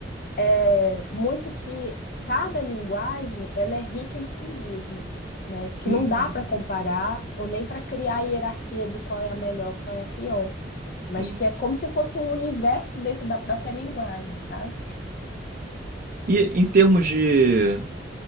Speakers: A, on the left (about 50°); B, on the right (about 45°).
A: é, muito que cada linguagem ela é rica em si mesma, né? Que
B: Uhum,
A: não dá para comparar ou nem para criar hierarquia de qual é a melhor, qual é a pior, mas
B: uhum.
A: que é como se fosse um universo dentro da própria linguagem, sabe?
B: E em termos de,